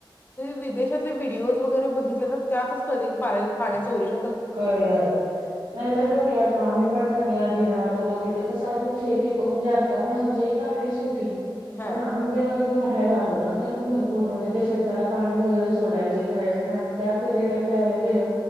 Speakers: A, on the left; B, on the right.
A: विदेशातले व्हिडिओज वगैरे बघितले ना त्यातच कळते पाण्याचा ओरिश
B: कल नाहीतर बघकी आता आम्ही पण घ राहत होतो तिथं कसं अजून शेती म्हणजे आता पण आमच्या इथं आहे शेती
A: हा
B: पण आम्ही जेव्हा ते राहायला आलो ना तर म भरपूर म्हणजे ते शेताला पाणी वगैरे सोडायचे करायचे आणि आम्ही त्या पिरियडला खेळायला गेलो